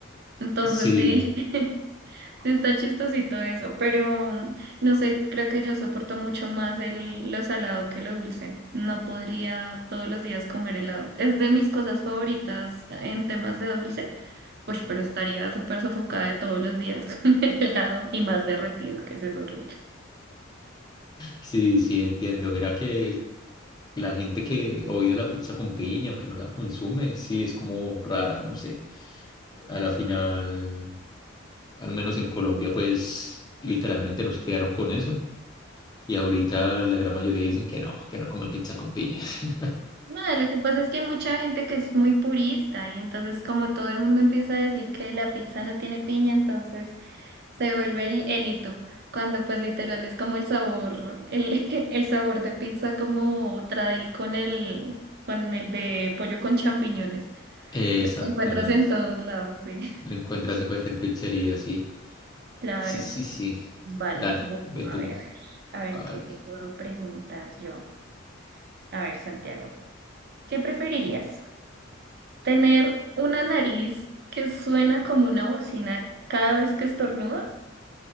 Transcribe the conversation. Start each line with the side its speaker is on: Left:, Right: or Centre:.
Right: Entonces,
Left: Sí,
Right: sí. <laughs> Sí, está chistosito eso, pero mm, no sé, creo que yo soporto mucho más el, lo salado que lo dulce. No podría todos los días comer helado. Es de mis cosas favoritas en temas de dulce, pues, pero estaría súper sofocada de todos los días <laughs> con el helado y más derretido, que eso es horrible.
Left: sí, sí, entiendo. Mira que la gente que odia la pizza con piña o que no la consume, sí, es como rara, no sé. A la final, al menos en Colombia, pues literalmente nos criaron con eso. Y ahorita la gran mayoría dicen que no, que no comen pizza con piña. <laughs>
Right: Nada, lo que pasa es que hay mucha gente que es muy purista y entonces como todo el mundo empieza a decir que la pizza no tiene piña, entonces se vuelve el, el hito, cuando pues literal es como el sabor, el, <laughs> el sabor de pizza como traí con el, con el de pollo con champiñones.
Left: Exactamente.
Right: Los encuentras en todos lados, sí. <laughs>
Left: Lo encuentras en cualquier pizzería, sí.
Right: Claro.
Left: Sí, sí, sí.
Right: Vale,
Left: Dale,
Right: bueno,
Left: ve
Right: a
Left: tú.
Right: ver, a ver, a ver
Left: A
Right: qué
Left: ver.
Right: te
Left: qué-
Right: puedo preguntar yo. A ver, Santiago, ¿qué preferirías? tener una nariz que suena como una bocina cada vez que estornudas